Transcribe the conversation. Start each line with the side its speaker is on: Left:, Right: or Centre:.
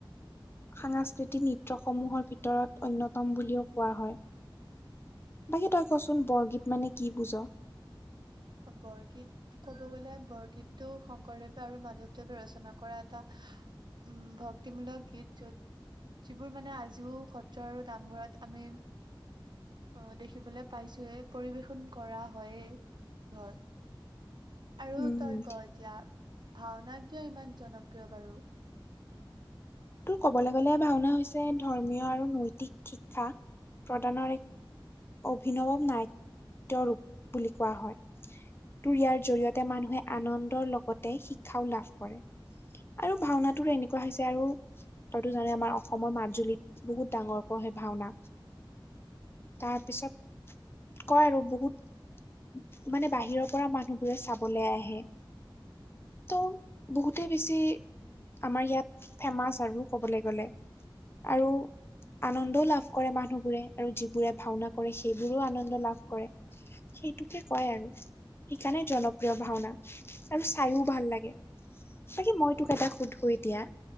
Left: সাংস্কৃতিক নৃত্য সমূহৰ ভিতৰত অন্যতম বুলিও কোৱা হয়। বাকী তই কচোন বৰগীত মানে কি বুজ?
Right: বৰগীত ক'ব গ'লে বৰগীতটো শংকৰদেৱে আৰু মাধৱদেৱে ৰচনা কৰা এটা উম ভক্তিমূলক গীত, য'ত যিবোৰ মানে আজিও সত্ৰ আৰু নামঘৰত আমি অ' দেখিবলে পাইছোয়ে পৰিবেশন কৰা হয়ে। ধৰ
Left: উম
Right: আৰু তই ক এতিয়া ভাওনা কিয় ইমান জনপ্ৰিয় বাৰু?
Left: তোৰ কবলৈ গ'লে ভাওনা হৈছে ধৰ্মীয় আৰু নৈতিক শিক্ষা প্ৰদানৰ এক অভিনৱ নাট্য ৰূপ বুলি কোৱা হয়। তোৰ ইয়াৰ জৰিয়তে মানুহে আনন্দৰ লগতে শিক্ষাও লাভ কৰে। আৰু ভাওনাটো এনেকুৱা হৈছে আৰু তইতো জানই আমাৰ অসমৰ মাজুলীত বহুত ডাঙৰকৈ হয় ভাওনা। তাৰপিছত কয় আৰু বহুত মানে বাহিৰৰ পৰা মানুহবোৰে চাবলৈ আহে। ত' বহুতে বেছি আমাৰ ইয়াত ফেমাচ আৰু ক'বলৈ গ'লে আৰু আনন্দও লাভ কৰে মা নুহবোৰে আৰু যিবোৰে ভাওনা কৰে সেইবোৰোও আনন্দ লাভ কৰে সেইটোকে কয় আৰু। সেইকাৰণে জনপ্ৰিয় ভাওনা আৰু চাইও ভাল লাগে। বাকী মই
Right: অ
Left: তোক এটা সোধো এতিয়া